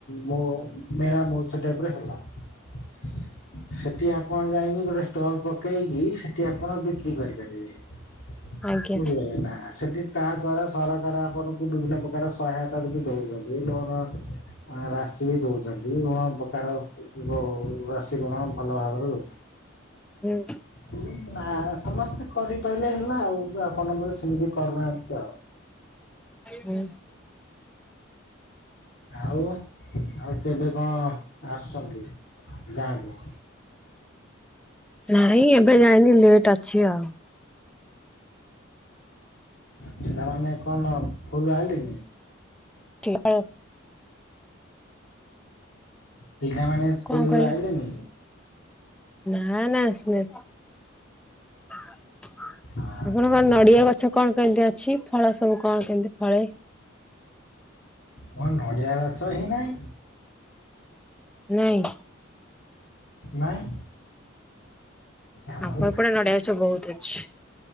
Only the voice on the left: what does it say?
ମୋ-ମେଳା ମଉଛ ଟାଇପ୍ ର ହେଲା । ସେଠି ଆପଣ ଯାଇକି ଗୋଟେ ଷ୍ଟଲ ପକେଇକି ସେଠି ଆପଣ ବିକ୍ରି କରିପାରିବେ ।
ବୁଝିପାରିଲେ ନା ସେଠି ତା ଦ୍ଵାରା ସରକାର ଆପଣଙ୍କୁ ବିଭିନ୍ନ ପ୍ରକାର ସହାୟତା ଯଦି ଏଇ ମୋରା ଆ ରାଶି ଦୋଉଛନ୍ତି, ନୁଅ ପ୍ରକାର ଭଅ ରାଶି ଗୁଣ ଭଲ ଭାବରେ ଦୋଉଛନ୍ତି।
ଉଁ ନା, ସମସ୍ତେ କରିପାରିଲେ ହେଲା ଆଉ, ଆପଣ ବୋଧେ ସେମିତି କରୁନାହାନ୍ତି ଆଉ।
ଆଉ ଆଉ କେବେ କଁ ଆସୁଛନ୍ତି ଗାଁକୁ?
ପିଲାମାନେ କଣ ସ୍କୁଲରୁ ଆଇଲେଣି?
ପିଲାମାନେ ସ୍କୁଲ
ରୁ
ଆଇଲେଣି?
ଆଚ୍ଛା
ଆଚ୍ଛା
ମୋ ନଡିଆ ଗଛ ହିଁ ନାହିଁ।
ନାଇଁ। ଆମର